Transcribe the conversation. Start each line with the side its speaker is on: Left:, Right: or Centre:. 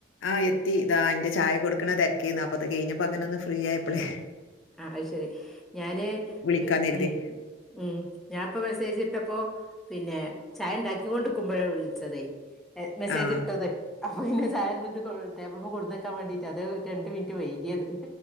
Left: ആഹ് എത്തി ദാ അതിന്റെ ചായ കൊടുക്കണ തിരക്കീന്നാ അപ്പ അത് കഴിഞ്ഞപ്പോ അങ്ങനെ ഒന്ന് ഫ്രീ ആയപ്പോളെ
Centre: ആ അത് ശരി ഞാന്
Left: വിളിക്കാന്ന് കരുതി
Centre: ഉം ഉം ഞാൻപ്പോ മെസ്സേജിട്ടപ്പോ പിന്നെ ചായ ഉണ്ടാക്കി കൊണ്ട്ക്കുമ്പോഴാ വിളിച്ചതെ മെസ്സേജ്
Left: ആഹ്
Centre: ഇട്ടത് അപ്പൊ പിന്നെ ചായ എന്നിട്ട് ടേബിൾമ്മെ കൊട്ന്നക്കാൻ വേണ്ടീട്ട് അതാ രണ്ട് മിനിറ്റ് വൈകിയത്